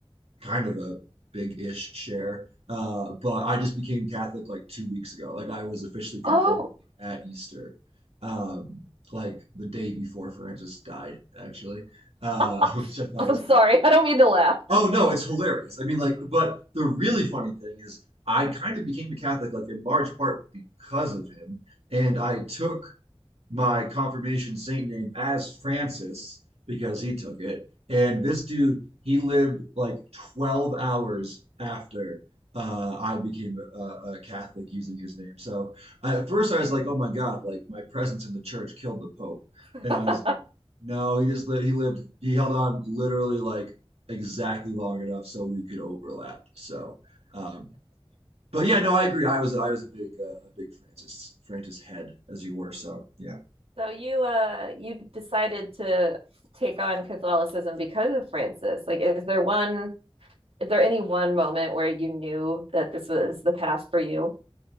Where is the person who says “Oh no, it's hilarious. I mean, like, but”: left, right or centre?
Right